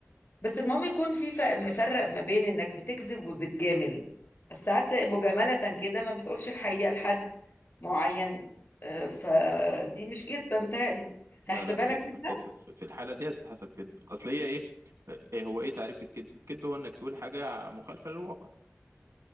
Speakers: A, on the left; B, on the right.
A: بس المهم يكون في ف- مفرق ما بين انك بتكذب وبتجامل ساعات مجاملة كده ما بتقولش الحقيقة لحد معين آه، فدي مش كدبة متهيألي هحسبها
B: لا لا كذب
A: لك كده
B: كذب في في الحالة دي هتتحسب كذب اصل هي ايه ايه هو ايه تعريف الكذب الكذب هو انك تقول حاجة مخالفة للواقع